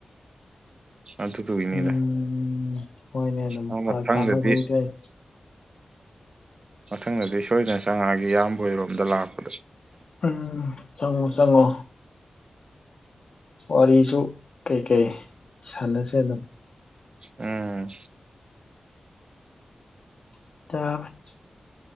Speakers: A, on the right; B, on the left.
A: ꯑꯗꯨꯗꯨꯒꯤꯅꯤꯗ
B: ꯎꯝ ꯍꯣꯏꯅꯦ ꯑꯗꯨꯝ
A: ꯑ
B: ꯐꯔꯛ
A: ꯃꯊꯪꯗꯗꯤ
B: ꯇꯥꯅꯕ ꯈꯨꯗꯤꯡꯒꯤ ꯑꯩ
A: ꯃꯊꯪꯗꯗꯤ ꯁꯣꯏꯗꯅ ꯆꯪꯉꯛꯑꯒꯦ ꯏꯌꯥꯝ ꯑꯣꯏꯔꯣꯝꯗ ꯂꯥꯛꯄꯗ
B: ꯎꯝ ꯆꯪꯉꯣ ꯆꯪꯉꯣ ꯋꯥꯔꯤꯁꯨ ꯀꯩꯀꯩ ꯁꯥꯟꯅꯁꯦ ꯑꯗꯨꯝ
A: ꯎꯝ
B: <unintelligible>